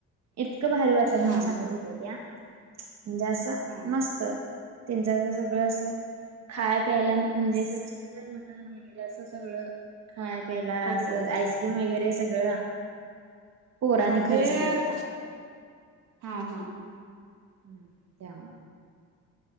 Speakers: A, on the right; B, on the right.
A: इतकं भारी वाटलं म्हणून
B: हा
A: सांगत होत्या त्या. म्हणजे असं
B: हा
A: मस्त. त्यांचकडे सगळं असं खाय प्यायला म्हणजे असं चिकन, मटण वगैरे असं सगळं, खाय प्याला
B: होत
A: असं आईस्क्रीम वगैरे सगळं. पोरांनी
B: हां..
A: खर्च
B: तेर
A: केलता
B: हा हा.
A: हम्म त्या